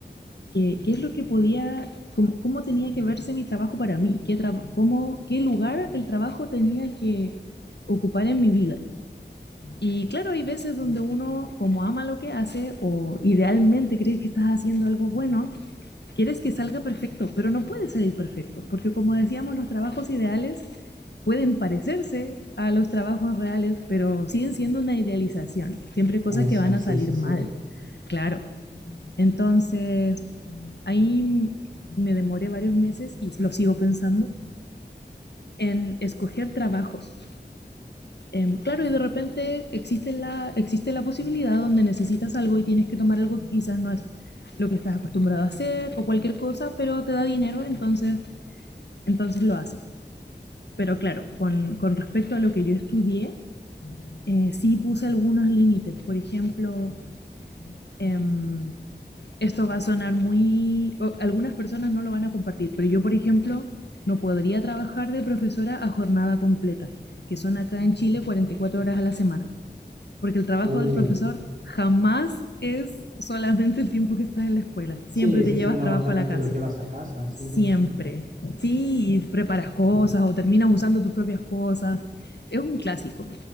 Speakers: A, on the left; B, on the right.
A: qué, qué es lo que podía, cómo, cómo, tenía que verse mi trabajo para mí, qué, tra cómo, qué lugar el trabajo tenía que ocupar en mi vida. Y claro, hay veces donde uno, como ama lo que hace o idealmente cree que estás haciendo algo bueno, quieres que salga perfecto, pero no puede salir perfecto, porque como decíamos, los trabajos ideales pueden parecerse a los trabajos reales, pero siguen siendo una idealización, siempre cosas
B: Eso,
A: que van a
B: sí,
A: salir
B: sí, sí.
A: mal, claro. Entonces, ahí me demoré varios meses y lo sigo pensando en escoger trabajos. Em, claro, y de repente existe la, existe la posibilidad donde necesitas algo y tienes que tomar algo que quizás no es lo que estás acostumbrado a hacer o cualquier cosa, pero te da dinero, entonces, entonces lo haces. Pero claro, con, con respecto a lo que yo estudié, eh, sí puse algunos límites. Por ejemplo, em, esto va a sonar muy... o- Algunas personas no lo van a compartir, pero yo, por ejemplo, no podría trabajar de profesora a jornada completa, que son acá en Chile 44 horas a la semana. Porque el trabajo
B: Uh.
A: del profesor jamás es solamente el tiempo que estás en la escuela. Siempre
B: Sí,
A: te
B: sí,
A: llevas
B: sí, no,
A: trabajo
B: también
A: a la casa.
B: te lo llevas a casa, cien
A: Siempre.
B: por ciento
A: Sí, y preparas cosas o terminas usando tus propias cosas. Es un clásico.